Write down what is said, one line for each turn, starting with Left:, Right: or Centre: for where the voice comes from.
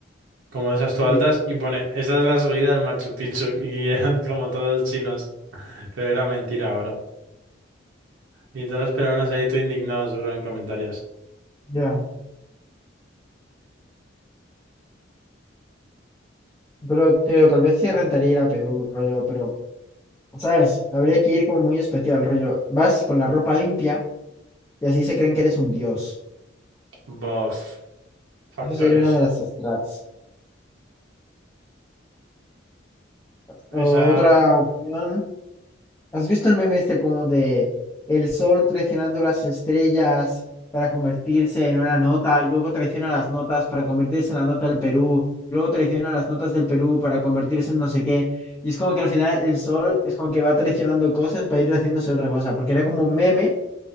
Right: como de esas todas
Left: sí,
Right: altas, y pone, esa es la subida del Machu Picchu, <laughs> y eran como todos chinos. <laughs> Pero era mentira, bro. Y todos los peruanos ahí todo indignados, bro, en comentarios.
Left: ya. Pero, tío, tal vez sí rentaría ir a Perú, rollo, pero, ¿sabes? Habría que ir como muy especial, rollo. Vas con la ropa limpia y así se creen que eres un dios.
Right: Bof. Factores.
Left: Eso sería una de las strats. Otra
Right: Esa...
Left: opción. ¿Has visto el meme este como de el sol traicionando las estrellas para convertirse en una nota y luego traiciona las notas para convertirse en la nota del Perú, luego traiciona las notas del Perú para convertirse en no sé qué? Y es como que al final el sol es como que va traicionando cosas para ir haciéndose otra cosa, porque era como un meme